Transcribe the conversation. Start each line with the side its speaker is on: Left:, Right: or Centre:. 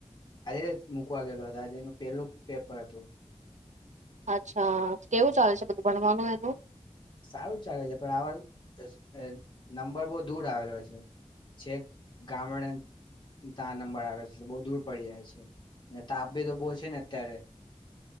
Left: આજેજ મુકવા ગયેલો હતો, આજે એનું પેલું પેપર હતું.
Right: અચ્છા કેવું ચાલે છે બધું ભણવાનું એનું?
Left: સારું ચાલે છે પણ આવા અસ એ નંબર બહુ દૂર આવેલો છે, છેક ગામડેન તા નંબર આવેલો છે, એતે બહુ દૂર પડી જાય છે, ને તાપ બી તો બો છે ને અત્યારે,